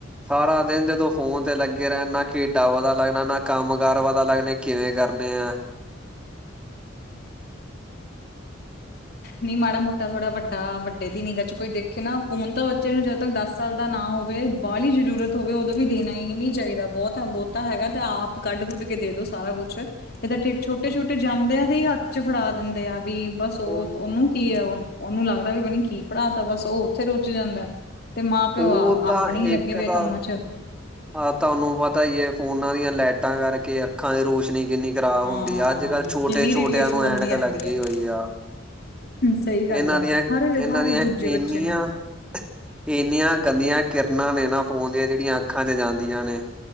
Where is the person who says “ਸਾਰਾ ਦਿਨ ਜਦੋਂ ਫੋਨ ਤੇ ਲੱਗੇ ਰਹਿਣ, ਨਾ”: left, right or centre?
Centre